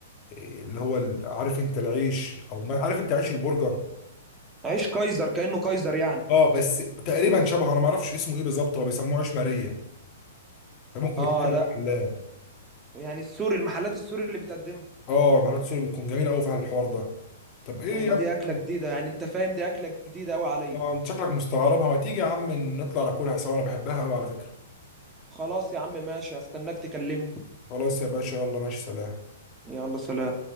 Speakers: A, on the left; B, on the right.
A: إيه، اللي هو ال- عارف انت العيش او ما عارف انت عيش البرجر
B: عيش كايزر كانه كايزر يعني
A: اه بس تقريبا شبهه انا ما اعرفش اسمه ايه بالظبط هو بيسموه عيش ماريه ده ممكن
B: اه
A: بتلاقي في المحلات
B: لا يعني السوري المحلات السوري اللي بتقدمها
A: اه المحلات السوري بتكون جميله قوي في الحوار ده طب ايه
B: طب ما
A: يا
B: دي اكله
A: ابني
B: جديده يعني انت فاهم دي اكله جديده قوي عليا
A: آه، انت شكلك مستغربها ما تيجي يا عم نطلع ناكلها سوا انا بحبها قوي على فكره
B: خلاص يا عم ماشي هستناك تكلمني
A: خلاص يا باشا يلا ماشي سلام
B: يلا سلام